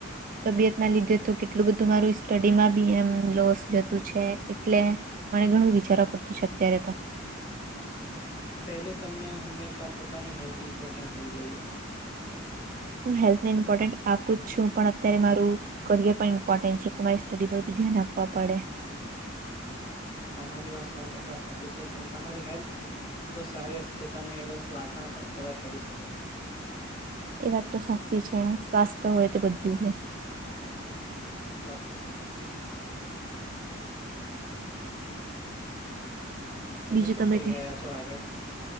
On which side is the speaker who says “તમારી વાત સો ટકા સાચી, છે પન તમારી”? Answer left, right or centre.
Left